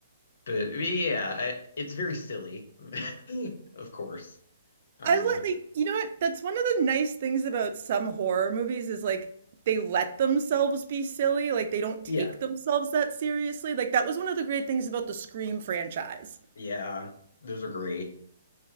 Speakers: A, on the left (about 60°); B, on the right (about 50°).
A: but yeah, I, it's very silly, <laughs> of course. Um,
B: I let like you know what? That's one of the nice things about some horror movies is like they let themselves be silly, like they don't take
A: yeah,
B: themselves that seriously. Like that was one of the great things about the Scream franchise.
A: yeah, those are great.